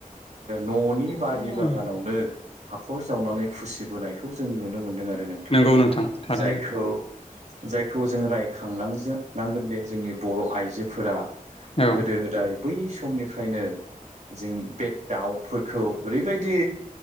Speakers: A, on the right; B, on the left.
A: न'नि बारि
B: औ
A: बागानावनो हाखर जावनानै फुसिबोनायखौ जों नुनो मोनदों आरो नोंथा
B: नंगौ नोंथां थारैनो
A: जायखौ जायखौ जों रायखांनांनांगोन जे जोंनि बर' आइजोफोरा
B: औ
A: गोदो गोदाय बै समनिफ्रायनो जों बे दाउ फोरखौ ओरैबायदि